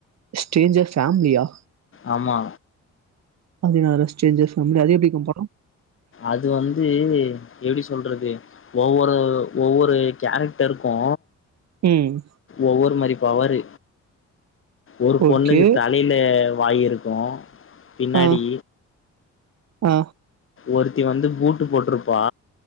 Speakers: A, on the right; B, on the left.
A: ஸ்ட்ரேஞ்சர் ஃபேமிலியா
B: ஆமா
A: அதனால சேஞ்சர்ஸ் ஃபேமிலி அது எப்படிக்கும் வரோ
B: அது வந்து எப்டி சொல்றது ஒவ்வொரு ஒவ்வொரு கேரக்டருக்கோ
A: உம்
B: ஒவ்வொரு மாரி பவரு ஒரு பொண்ணுக்கு
A: ஓகே.
B: தலையில வாயிருக்கு பின்னாடி
A: ஆ, ஆ,
B: ஒருத்தி வந்து பூட்டு போட்ருப்பா